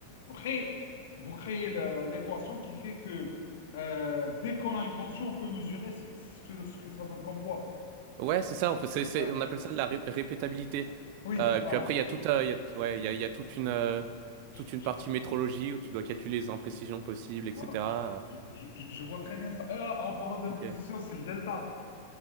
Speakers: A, on the left; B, on the right.
A: Après, vous créez la- la- l'équation qui fait que euh, dès qu'on a une tension, on peut mesurer ce que, ce que, ce que ça donne comme poids.
B: Ouais, c'est ça, en fait, c'est, c'est-
A: Ouais.
B: on appelle ça de la ré- répétabilité.
A: Oui,
B: Euh, et
A: voilà.
B: puis après, il y a toute, euh, il y a, ouais, il y a, il y a toute une, euh,
A: Je,
B: toute une
A: je-
B: partie métrologie où tu dois calculer les imprécisions possibles, etc.
A: voilà. Je,
B: euh.
A: je- je- je vois très bien ça. Ah, en parlant d'imprécision,
B: Ok.
A: c'est le delta.